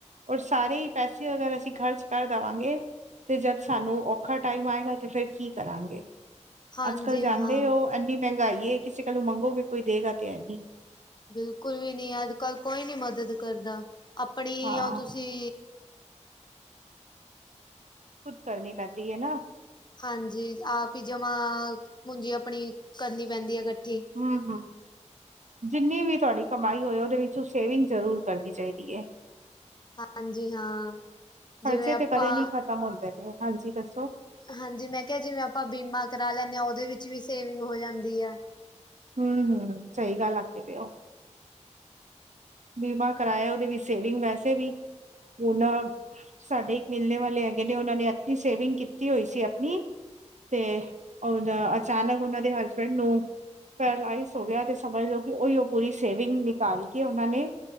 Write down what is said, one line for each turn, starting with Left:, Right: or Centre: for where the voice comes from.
Right: ਔਰ ਸਾਰੇ ਈ ਪੈਸੇ ਅਗਰ ਅਸੀਂ ਖਰਚ ਕਰ ਦਵਾਗੇ। ਤੇ ਜਦ ਸਾਨੂੰ ਔਖਾ ਟਾਈਮ ਆਏਗਾ ਤੇ ਫੇਰ ਕੀ ਕਰਾਂਗੇ
Left: ਹਾਂਜੀ
Right: ਅੱਜ ਕੱਲ ਜਾਂਦੇ
Left: ਹਾਂ
Right: ਔ ਐਂਨੀ ਮਹਿੰਗਾਈ ਏ ਕਿਸੇ ਕੋਲੋ ਮੰਗੋਗੇ ਕੋਈ ਦੇਗਾ ਤੇ ਹੈ ਨੀ।
Left: ਬਿਲਕੁਲ ਵੀ ਨੀ ਅੱਜ ਕੱਲ ਕੋਈ ਨੀ ਮਦਦ ਕਰਦਾ, ਆਪਣੀ
Right: ਹਾਂ।
Left: ਓ ਤੁਸੀਂ
Right: ਖੁੱਦ ਕਰਨੀ ਪੈਂਦੀ ਐ ਨਾ।
Left: ਹਾਂਜੀ ਆਪ ਹੀ ਜਮਾ ਪੂੰਜੀ ਅਪਣੀ ਕਰਨੀ ਪੈਂਦੀ ਆ ਕੱਠੀ।
Right: ਹੂੰ-ਹੂੰ। ਜਿੰਨੀ ਵੀ ਤੁਹਾਡੀ ਕਮਾਈ ਹੋਏ ਉਦੇ ਵਿਚੋ ਸੇਵਿੰਗ ਜ਼ਰੂਰ ਕਰਨੀ ਚਾਈਦੀ ਏ।
Left: ਹਾਂਜੀ ਹਾਂ
Right: ਖਰਚੇ
Left: ਜਿਵੇਂ ਆਪਾਂ
Right: ਤੇ ਕਦੇ ਨੀ ਖ਼ਤਮ ਹੁੰਦੇ ਨੇ ਹਾਂਜੀ ਦੱਸੋ।
Left: ਹਾਂਜੀ ਮੈਂ ਕਿਆ ਜਿਵੇਂ ਆਪਾਂ ਬੀਮਾ ਕਰਾ ਲੈਂਣੇ ਆ ਉਦੇ ਵਿੱਚ ਵੀ ਸੇਵਿੰਗ ਹੋ ਜਾਂਦੀ ਆ।
Right: ਹੂੰ-ਹੂੰ ਸਈ ਗੱਲ ਆਖਦੇ ਪਏ ਔ। ਬੀਮਾ ਕਰਾਇਆ ਉਦੇ ਵੀ ਸੇਵਿੰਗ ਵੈਸੇ ਵੀ ਹੁਨ ਸਾਡੇ ਇਕ ਮਿਲਨੇ ਵਾਲੇ ਹੈਗੇ ਨੇ ਔਨਾਂ ਨੇ ਐਡੀ ਸੇਵਿੰਗ ਕੀਤੀ ਹੋਈ ਸੀ ਅਪਨੀ। ਤੇ ਉਨ ਅਚਾਨਕ ਉਨਾਂ ਦੇ ਹਸਬੈਂਡ ਨੂੰ ਪੈਰਲਾਈਜ਼ ਹੋ ਗਿਆ ਤੇ ਸਮਝ ਲੋ ਕਿ ਉਈਔ ਪੂਰੀ ਸੇਵਿੰਗ ਨਿਕਾਲ ਕੇ ਉਨਾਂ ਨੇ